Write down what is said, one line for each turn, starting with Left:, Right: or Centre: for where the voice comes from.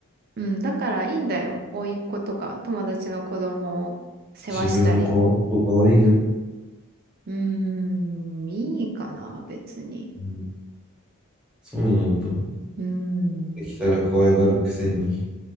Right: うん、だからいいんだよ。甥っ子とか友達の子供を世話したり。
Centre: 自分の子はもっと可愛いよ。
Right: うーん、いいかな、別に。
Centre: うん。そうなんだ。
Right: うーん。
Centre: できたら可愛がるくせに。